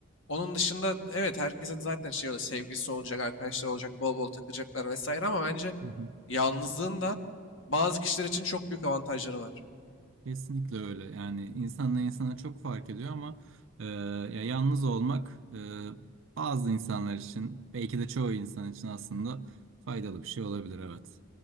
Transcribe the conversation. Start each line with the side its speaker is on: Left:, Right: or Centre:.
Left: Onun dışında evet herkesin zaten şey öyle sevgilisi olacak, arkadaşlar olacak, bol bol takılacaklar vesaire ama bence
Right: hı hı.
Left: yalnızlığın da bazı kişiler için çok büyük avantajları var.
Right: Kesinlikle öyle. Yani insanla insana çok fark ediyor ama e, ya yalnız olmak e, bazı insanlar için belki de çoğu insan için aslında faydalı bir şey olabilir evet.